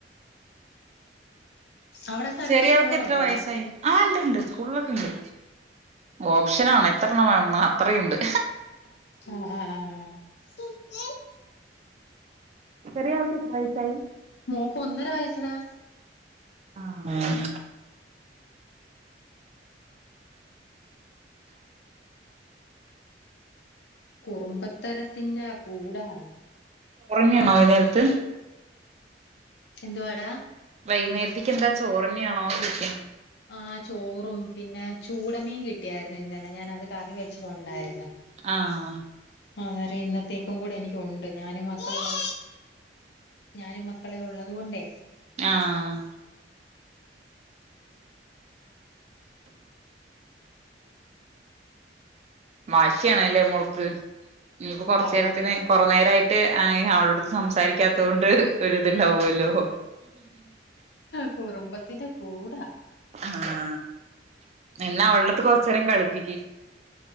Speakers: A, on the left; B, on the right.
A: അവിടൊക്കെ അടുത്ത്
B: ചെറിയ
A: സ്കൂളുണ്ടോടാ?
B: ആൾക്ക് എത്ര വയസ്സായി ആ ഉണ്ട്ണ്ട് സ്കൂളിലൊക്കെ ഉണ്ട് ഓപ്ഷനാണ് എത്രണ്ണം വേണൊന്നോ അത്രെയുണ്ട്
A: ആ ആഹ് ആഹ്
B: ചെറിയാൾക്ക് എത്ര വയസായി.
A: മോക്ക് ഒന്നര വയസ്സെടാ
B: ആഹ് <inaudible>
A: കുറുമ്പത്തരത്തിന്റെ കൂടാണ്.
B: ഉറങ്ങിയാണോ ഈ നേരത്ത്
A: എന്തുവാടാ
B: വൈകുന്നേരത്തേക്ക് എന്താ ചോറെന്നെയാണോ ചോയിക്ക.
A: ആ ചോറും പിന്നെ ചൂടമീൻ കിട്ടിയായിരുന്നു ഇന്നലെ ഞാൻ അത് കറി വെച്ചത് ഉണ്ടായിരുന്നു
B: ആഹ്
A: ആ വേറെ ഇന്നത്തേക്കും കൂടെ എനിക്കുണ്ട് ഞാനും മക്കളൂടെ ഞാനും മക്കളെ ഉള്ളത് കൊണ്ടേ
B: ആഹ് വാശിയണല്ലേ മോൾക്ക് ഇനിയിപ്പോ കൊറച്ച്
A: അതെ
B: നേരത്തിന്
A: അതെ അതെ
B: കൊറേ നേരായി ട്ട് അവളടുത്ത് സംസാരിക്കാത്തെ കൊണ്ട് ഒരിത് ഉണ്ടാവുമല്ലോ
A: കുറുമ്പത്തിന്റെ കൂട്
B: ഹ് ആ എന്നാ അവൾടെ അടുത്ത് കൊറച്ച് നേരം കളിപ്പിക്ക്.